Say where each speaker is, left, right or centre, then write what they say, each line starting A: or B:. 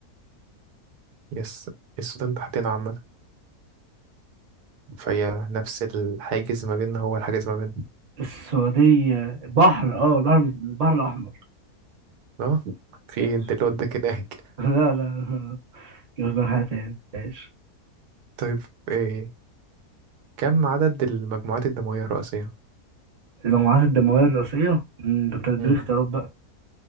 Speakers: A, on the right (about 85°); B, on the right (about 35°).
A: يس السودان تحتنا عامة فهي نفس الحاجز ما بيننا هو الحاجز ما بيننا
B: السعودية بحر اه البحر البحر الأحمر
A: اه في
B: ماشي
A: ايه انت اللي وداك هناك
B: <laughs> لا لا يبقى حاجة تاني ماشش
A: طيب إيه كم عدد المجموعات الدموية الرئيسية؟
B: المجموعات الدموية الرئيسية مم، ده انت تديني
A: مم.
B: اختيارات بقى